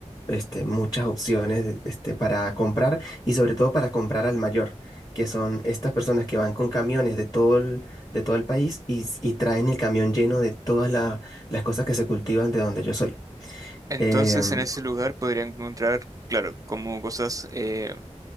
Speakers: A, on the left; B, on the right.
A: este, muchas opciones de- este, para comprar y sobre todo para comprar al mayor, que son estas personas que van con camiones de todo el, de todo el país y, s- y traen el camión lleno de todas la- las cosas que se cultivan de donde yo soy.
B: Entonces
A: Em,
B: en ese lugar podría encontrar, claro, como cosas eh,